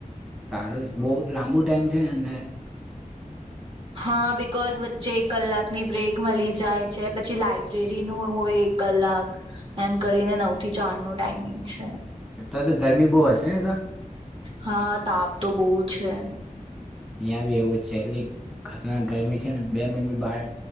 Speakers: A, in the centre; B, on the right.
A: સારું છે બહુ લાંબુ ટાઈમ છે અને
B: હા બિકોઝ વચ્ચે એક કલાકની બ્રેક મળી જાય છે પછી લાઈબ્રેરી નું હોય એક કલાક એમ કરીને નવ થી ચાર નું ટાઈમિંગ છે.
A: અત્યારે તો ગરમી બહુ હશે ને તો
B: હા તાપ તો બહુ જ છે.
A: અહીંયા બી એવું જ છે એટલી ખતરનાક ગરમી છે ને બે મિનટ બી બહાર